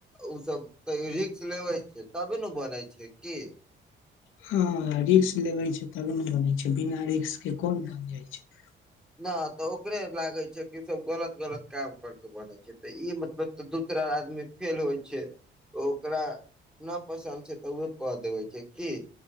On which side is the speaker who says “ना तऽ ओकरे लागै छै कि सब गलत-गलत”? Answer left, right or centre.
Centre